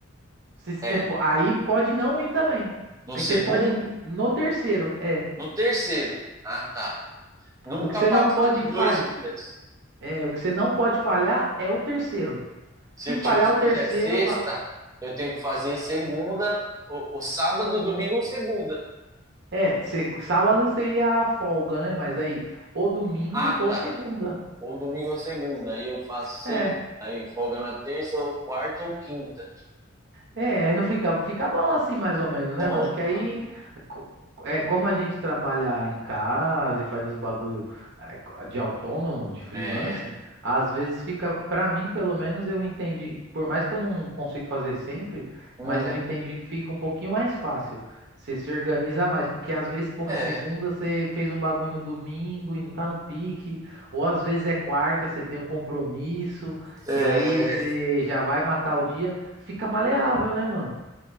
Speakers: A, on the right; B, on the right.
A: Se você,
B: é,
A: po- aí pode não ir também.
B: no
A: Aí
B: segundo,
A: você pode ir no terceiro. É.
B: no terceiro. Ah, tá. Nunca
A: O que você
B: passar
A: não pode
B: de
A: fa...
B: dois dias.
A: é, o que você não pode falhar é o terceiro.
B: Se
A: Se
B: eu,
A: falhar
B: tipo, se
A: o
B: eu
A: terceiro,
B: fizer sexta,
A: a-
B: eu tenho que fazer segunda, ou, ou sábado, domingo ou segunda.
A: é, se- sábado seria a folga, né? Mas aí, ou domingo
B: Ah,
A: ou
B: tá.
A: segunda.
B: Ou domingo ou segunda. Aí eu faço segunda.
A: É.
B: Aí folga na terça, ou quarta ou quinta.
A: É, não fica, fica bom assim, mais ou menos, né,
B: Bom,
A: mano? Que aí,
B: papo-
A: co- é como a gente trabalha em casa e faz os bagulho é, de autônomo, de freelance,
B: é,
A: às vezes fica, pra mim, pelo menos, eu entendi, por mais que eu não consiga fazer sempre,
B: Uhum.
A: mas eu entendi que fica um pouquinho mais fácil. Você se organiza mais, porque às vezes, porra,
B: é,
A: segunda você fez um bagulho no domingo e não tá no pique, ou às vezes é quarta, você tem um compromisso.
B: é,
A: E aí você já vai matar o dia, fica maleável, né, mano?